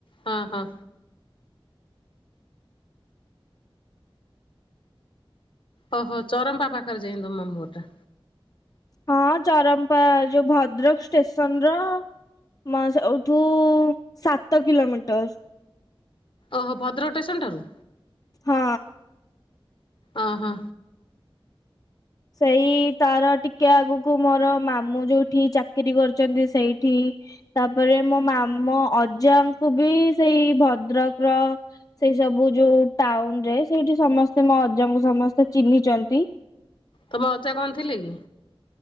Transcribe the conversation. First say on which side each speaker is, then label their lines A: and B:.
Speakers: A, on the left; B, on the left.
A: ହଁ ହଁ। ଓହୋ ଚରମ୍ପା ପାଖରେ ଯାଇ ତ ମାମୁଁ ଘରଟା।
B: ହଁ ଚରମ୍ପା ଯୋଉ ଭଦ୍ରକ ଷ୍ଟେସନ ର ମା ସେ ଆଉ <inaudible> ତୁ ସାତ କିିଲୋମିଟର
A: ଓହୋ ଭଦ୍ରକ ଷ୍ଟେସନ ଠାରୁ
B: ହଁ
A: ହ ହୋ
B: ସେଇ ତାର ଟିକେ ଆଗକୁ ମୋର ମାମୁଁ ଯୋଉଠି ଚାକିରିୀ କରିଛନ୍ତି ସେଇଠି ତାପରେ ମୋ ମାମଁ ଅଜାଙ୍କୁ ବି ସେଇ ଭଦ୍ରକର ସେଇ ସବୁ ଯୋଉ ଟାଉନ ରେ ସେଇଠି ସମସ୍ତେ ମୋ ଅଜାଙ୍କୁ ସମସ୍ତେ ଚିହ୍ନିଚନ୍ତି
A: ତମ ଅଜା କଣ ଥିଲେ କି